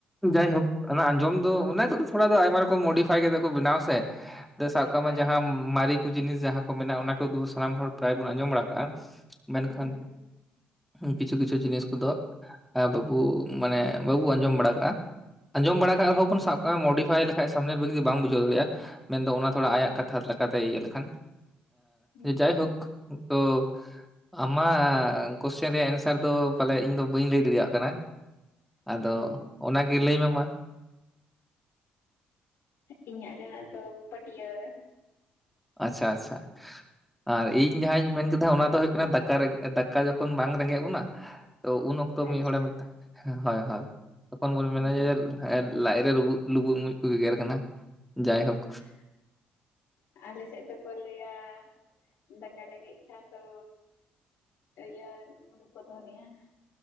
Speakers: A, in the centre; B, on the left.
A: ᱡᱟᱭᱦᱳᱠ
B: ᱦᱩᱸ
A: ᱚᱱᱟ ᱟᱸᱡᱚᱢ ᱫᱚ ᱚᱱᱟ ᱠᱚᱫᱚ᱾ ᱚᱱᱟᱫᱚ ᱟᱭᱢᱟ ᱨᱚᱠᱚᱢ ᱢᱳᱰᱤᱯᱷᱟᱭ ᱠᱟ ᱠᱚ ᱵᱮᱱᱟᱣ ᱥᱮ ᱥᱟᱵ
B: ᱦᱳᱭ
A: ᱠᱟᱜ
B: ᱦᱳᱭ
A: ᱢᱮ ᱡᱟᱦᱟᱸ ᱢᱟᱨᱮ ᱠᱚ ᱡᱤᱱᱤᱥ ᱡᱟᱦᱟᱸ ᱠᱚ ᱢᱮᱱᱟᱜᱼᱟ ᱚᱱᱟ ᱠᱚ ᱥᱟᱱᱟᱢ ᱦᱚᱲ ᱯᱨᱟᱭ ᱵᱚᱱ ᱟᱸᱡᱚᱢ ᱵᱟᱲᱟ ᱠᱟᱜᱼᱟ ᱢᱮᱱᱠᱷᱟᱱᱼᱼ
B: ᱦᱩᱸ
A: ᱠᱤᱪᱷᱩ ᱠᱤᱪᱷᱩ ᱡᱤᱱᱤᱥ ᱠᱚᱫᱚ ᱵᱟᱹᱵᱩ᱾ ᱢᱟᱱᱮ ᱵᱟᱵᱚ ᱟᱸᱡᱚᱢ ᱵᱟᱲᱟ ᱠᱟᱜᱼᱟ᱾ ᱟᱸᱡᱚᱢ ᱵᱟᱲᱟ ᱟᱠᱟᱫ ᱨᱮᱦᱚᱸᱚᱱ ᱥᱟᱵᱟᱜ ᱢᱚᱰᱤᱯᱷᱟᱭ ᱞᱮᱠᱟᱱ ᱥᱟᱢᱮ ᱵᱟᱢ ᱵᱩᱡᱟᱹ ᱫᱟᱲᱮᱭᱟᱜᱼᱟ᱾ ᱢᱮᱱᱫᱚ ᱚᱱᱟ ᱛᱷᱚᱲᱟ ᱟᱭᱟᱜ
B: ᱦᱳᱭ
A: ᱠᱟᱛᱷᱟ ᱞᱮᱠᱟᱛᱮ ᱤᱭᱟᱹ ᱞᱮᱠᱷᱟᱱ
B: ᱦᱩᱸ
A: ᱡᱟᱭᱦᱳᱠ᱾ ᱛᱚ ᱟᱢᱟᱜ ᱠᱚᱥᱪᱮᱱ ᱨᱮᱭᱟᱜ ᱮᱱᱥᱟᱨ ᱫᱚ ᱯᱟᱞᱮ ᱤᱧ ᱫᱚ ᱵᱟᱹᱧ ᱞᱟᱹᱭ ᱫᱟᱲᱮᱭᱟᱜ ᱠᱟᱱᱟ᱾ ᱟᱫᱚ
B: ᱦᱩᱸ
A: ᱚᱱᱟᱜᱮ ᱞᱟᱹᱭ ᱢᱮ ᱢᱟ᱾
B: ᱤᱧᱟᱹᱜ ᱨᱮᱱᱟᱜ ᱫᱚ ᱯᱟᱹᱴᱭᱟᱹ᱾
A: ᱟᱪᱪᱷᱟ ᱟᱪᱪᱷᱟ᱾ ᱟᱨ ᱤᱧ ᱡᱟᱦᱟᱸᱧ ᱢᱮᱱ ᱠᱮᱫᱟ ᱚᱱᱟ ᱫᱚᱳᱭᱜ ᱠᱟᱱᱟ ᱫᱟᱠᱟ ᱨᱮᱮᱡ ᱫᱟᱠᱟ ᱡᱚᱠᱷᱚᱱ ᱵᱟᱝ ᱨᱮᱸᱜᱮᱡ ᱵᱚᱱᱟ ᱾ ᱛᱚ ᱩᱱ ᱚᱠᱛᱚ
B: ᱟᱪᱪᱷᱟ
A: ᱢᱤᱫ ᱦᱚᱲᱮ ᱢᱮ ᱦᱳᱭ ᱦᱳᱭ ᱛᱚᱠᱷᱚᱱ ᱵᱚᱱ ᱢᱮᱱᱟ
B: ᱦᱩᱸ
A: ᱡᱮᱼᱼ ᱦᱸ ᱞᱟᱡ ᱨᱮ ᱞᱩᱵᱩᱜ ᱞᱩᱵᱩᱜ ᱢᱩᱡ ᱠᱚ ᱜᱮᱜᱮᱨ ᱠᱟᱱᱟ ᱡᱟᱭᱦᱳᱠ᱾
B: ᱦᱮᱸ ᱟᱞᱮ ᱥᱮᱫ ᱫᱚᱠᱚ ᱞᱟᱹᱭᱟ ᱫᱟᱠᱟ ᱨᱮᱸᱜᱮᱡ ᱠᱷᱟᱱ ᱫᱚ? ᱤᱭᱟᱹ ᱜᱩᱰᱩ ᱠᱚ ᱫᱚᱱᱮᱜᱼᱟ᱾